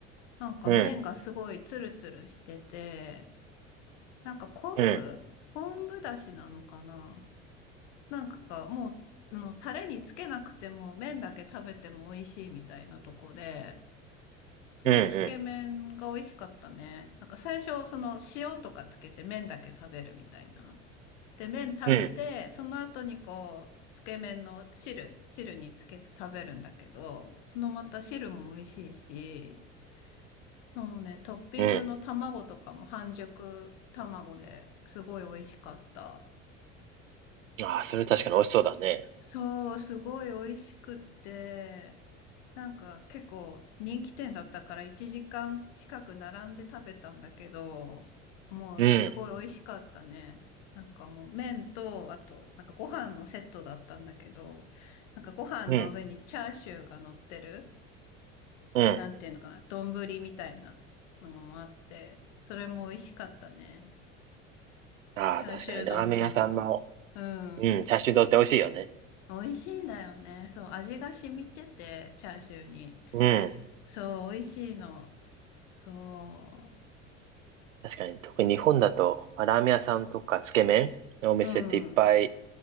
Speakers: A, on the left; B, on the right.
A: なんか麺がすごいツルツルしてて、
B: うん、
A: なんか昆布昆布だしなのかな
B: うん、
A: なんかがもう、あの、タレにつけなくても麺だけ食べても美味しいみたいなとこで、そのつけ麺が美味しかったね。
B: うん、
A: なんか最初、その塩とかつけて麺だけ食べるみたいな。で、麺食べて、
B: うん、うん、
A: その後にこう、つけ麺の汁、汁につけて食べるんだけど、そのまた汁も美味しいし、もうね、トッピングの卵とかも半熟卵ですごい美味しかった。
B: うん。ああ、それ確かに美味しそうだね。
A: そう、すごい美味しくって、なんか結構人気店だったから1時間近く並んで食べたんだけど、もうすごい美味しかったね。
B: うん、
A: なんかもう麺と、あとなんかご飯のセットだったんだけど、なんかご飯の上にチャーシューが乗ってる、
B: うん、うん。
A: なんていうのかな、丼みたいなのもあって、それも美味しかったね。
B: ああ、
A: チャーシュー丼かな。
B: 確かにラーメン屋さんの、
A: うん。
B: うん、チャーシュー丼って美味しいよね。
A: 美味しいんだよね。そう、味が染みてて、チャーシューに。
B: うん。
A: そう、美味しいの。そ
B: 確かに、特に日本だと、まあラーメン屋さんとかつけ麺のお店っていっぱい
A: う、うん、